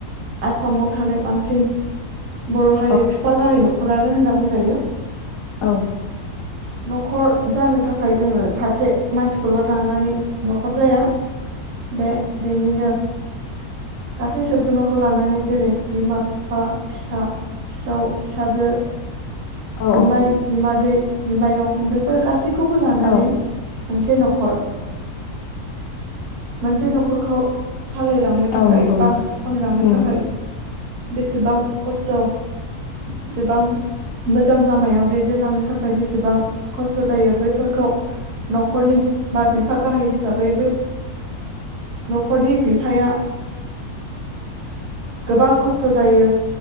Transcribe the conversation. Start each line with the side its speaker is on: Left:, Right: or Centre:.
Right: आसामाव थानाय बांसिन बर' हारिया
Left: औ
Right: बिफा गाहाय नखरानो होनना बुंजायो।
Left: औ।
Right: नखर जानो थाखाय जोङो सासे मानसिखौल' लानानै नखर जाया बे बेनिनो गासै सोद्रोमाखौ लानानै जेरै बिमा बिफा फिसा फिसौ फिसाजो
Left: औ
Right: बिमाइ बिमादै बिमायं बेफोर गासै खौबो लानानै
Left: औ
Right: मोनसे नखर मोनसे नखरखौ सालायलांनो थाखाय
Left: औ नंगौ
Right: बा
Left: नंगौ
Right: सामलायलांनो
Left: नंगौ
Right: थाखाय बेसेबां खस्थ' बेसेबां मोजां लामायाव दैदेनलांनो थाखाय बेसेबां खस्थ' जायो बैफोरखौ नखरनि बा बिफा गाहाय हिसाबै ब नखरनि बिफाया गोबां खस्थ' जायो